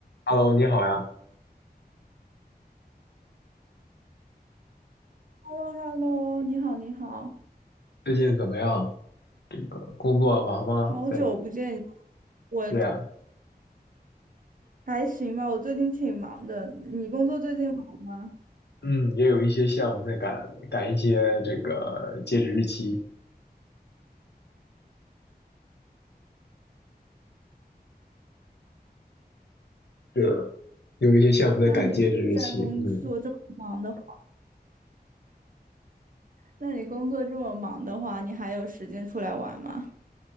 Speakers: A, on the left; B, on the right.
A: Hello，你好呀，
B: h e l l o h e l l o 你好，你好，
A: 最近怎么样？这个工作忙吗？
B: 好久不见，
A: 在
B: 我还
A: 这样，
B: 还行吧，我最近挺忙的。你工作最近忙吗？
A: 嗯，也有一些项目在赶赶一些这个截止日期。是的，有一些项目在赶截止日期。
B: 那你在工作这么忙的话，
A: 嗯，
B: 那你工作这么忙的话，你还有时间出来玩吗？